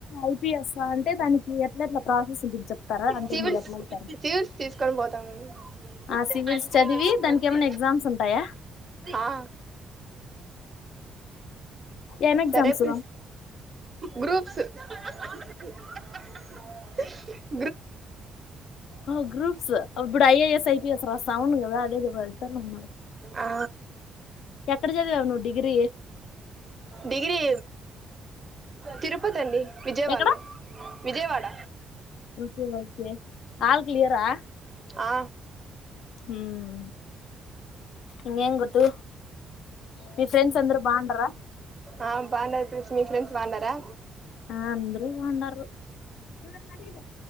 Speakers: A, on the left (about 80°); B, on the right (about 30°).
A: ఐ పీ ఎస్ అంటే దానికి ఎట్ల ఎట్ల ప్రాసెస్ గురించి చెప్తారా అంటే
B: సివిల్స్
A: మీరు ఎట్లఐతారు
B: సివిల్స్ తీసుకొని పోతామండి
A: ఆ సివిల్స్
B: అంటే
A: చదివి
B: వద్దు ప్రతి
A: దానికి ఏమైనా ఎగ్జామ్స్ ఉంటాయా
B: ఆ,
A: ఏం ఎగ్జామ్స్
B: సరే ప్రస్ గ్రూప్స్ <unintelligible>
A: హో గ్రూప్స్ అప్పుడు ఐ ఏ ఎస్ ఐతె చేస్తర సౌండ్ కదా అది నువ్
B: ఆ,
A: ఎక్కడ చదివావు నువ్వు డిగ్రీ
B: డిగ్రీ తిరుపతి అండి విజయవాడలో
A: ఎక్కడ
B: విజయవాడ
A: ఓకే ఓకే ఆల్ క్లియరా
B: ఆ
A: మ్ ఇంగెంన్తు మీ ఫ్రెండ్స్ అందరు బాన్డర
B: ఆ బాగుండారు ప్రేస్ మీ ఫ్రెండ్స్ బాగున్నారా
A: ఆ అంద్రు బండరు నువ్వు నన్ను అడిగి